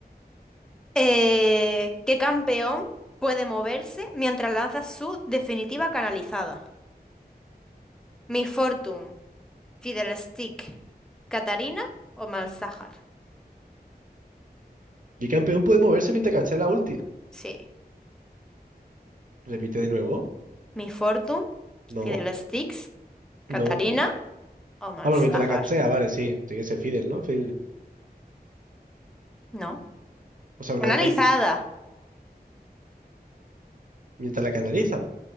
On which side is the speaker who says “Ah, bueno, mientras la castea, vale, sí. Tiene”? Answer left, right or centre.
Right